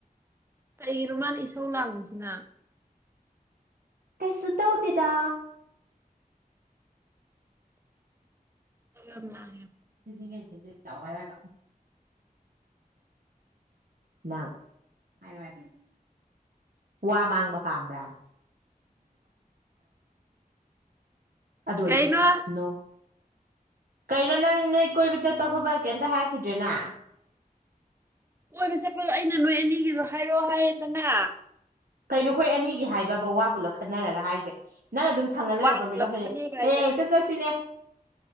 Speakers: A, on the right; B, on the right.
A: ꯀꯩꯔꯣ ꯃꯥꯅ ꯏꯁꯧ ꯂꯥꯡꯉꯁꯤꯅ
B: ꯀꯩ ꯁꯇꯥ ꯍꯧꯇꯗ
A: ꯄꯒꯂ
B: ꯁꯤꯁꯤꯒꯦꯁꯤꯖꯤ ꯋꯥꯏꯔꯒ ꯪ ꯋꯥ ꯃꯥꯡꯕ ꯄꯥꯝꯕ꯭ꯔꯥ ꯑꯗꯨ
A: ꯀꯩꯅꯣ
B: ꯑꯣꯏꯁꯨ ꯅꯣ ꯀꯩꯅꯣ ꯅꯪ ꯅꯣꯏ ꯀꯣꯏꯕ ꯆꯠꯄ ꯈꯣꯠꯄ ꯀꯩꯇ ꯍꯥꯏꯈꯤꯗ꯭ꯔꯦꯅꯥ
A: ꯑꯣꯏꯕ ꯆꯠꯄꯗꯣ ꯑꯩꯅ ꯅꯣꯏ ꯑꯅꯤꯒꯤꯗꯣ ꯍꯥꯏꯔꯛꯑꯣ ꯍꯥꯏ ꯑꯗꯨꯗꯅ
B: ꯀꯩꯅꯣꯈꯣꯏ ꯑꯅꯤꯒꯤ ꯍꯥꯏꯕꯕꯨ ꯋꯥꯕꯨꯂ ꯈꯟꯅꯔꯒ ꯍꯥꯏꯈ꯭ꯔꯦ ꯅꯪ ꯑꯗꯨꯝ ꯁꯪꯉ ꯂꯩꯔꯕ
A: ꯋꯥ ꯄꯨꯂꯞ
B: ꯃꯤꯔꯣ ꯍꯌꯦꯡ
A: ꯈꯟꯅꯕ ꯍꯥꯏꯁꯦ
B: ꯍꯌꯦꯡ ꯍꯦꯛꯇ ꯆꯠꯁꯤꯅꯦ